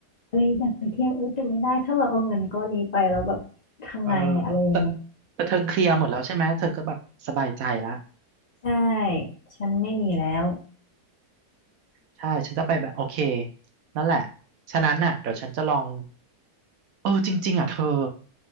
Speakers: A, on the left (about 30°); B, on the right (about 65°).
A: เอ้ยอยากไปเที่ยวอุ้ยแต่ไม่ได้ถ้าเราเอาเงินก้อนนี้ไปแล้วแบบทำไงอะอะไรอย่างเงี้ย
B: เออแต่แต่เธอเคลียร์หมดแล้วใช่ไหมเธอก็แบบสบายใจละ
A: ใช่ฉันไม่มีแล้ว
B: ใช่ฉันจะไปแบบโอเคนั่นแหละฉะนั้นน่ะเดี๋ยวฉันจะลองเออจริงๆอ่ะเธอ